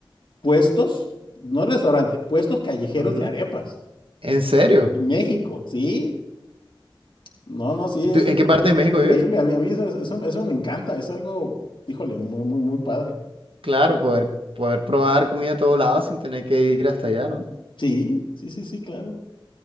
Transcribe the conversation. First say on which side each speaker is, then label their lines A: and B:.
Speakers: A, on the left; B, on the right.
A: puestos, no restaurante, puestos callejeros
B: Ujú.
A: de arepas.
B: ¿En serio?
A: En México, ¿sí? No, no, sí,
B: ¿Y
A: es,
B: tú, en
A: es-
B: qué parte de
A: es
B: México
A: increíble.
B: vives?
A: A mí, a mí eso, eso- eso me encanta. Es algo, híjole, muy, muy, muy padre.
B: Claro, poder, poder probar comida a todos lados sin tener que ir hasta allá, ¿no?
A: Sí, sí, sí, sí, claro.